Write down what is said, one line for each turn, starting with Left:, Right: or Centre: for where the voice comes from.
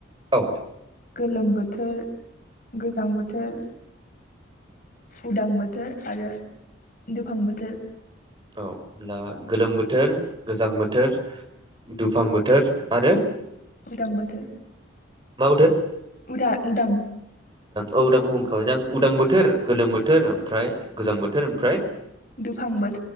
Right: औ।
Left: गोलोम बोथोर, गोजां बोथोर उदां बोथोर आरो दुफां बोथोर।
Right: औ होनब्ला गोलोम बोथोर, गोजां बोथोर, दुफां बोथोर आरो
Left: उदां बोथोर
Right: मा बोथोर
Left: उदा उदां।
Right: औ उदांखौ उदां, उदां बोथोर, गोलोम बोथोर ओमफ्राय गोजां बोथोर ओमफ्राय
Left: दुफां बोथ